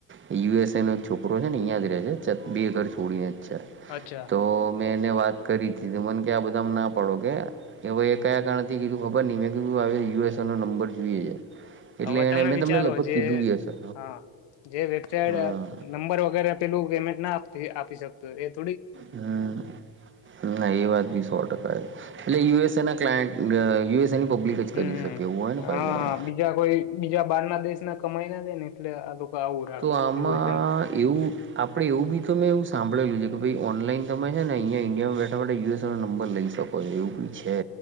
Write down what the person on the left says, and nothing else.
અચ્છા
હવે તમે
વિચારો
જે
હા જે
નંબર વ અેલ પેમેન્ટ ના આપ આપી શકતો
હમ
હા બીજા કોઈ બીજા બહાર દેશ ના કમાય ના છે ને એટલે આ આવું રાખે
યુએસન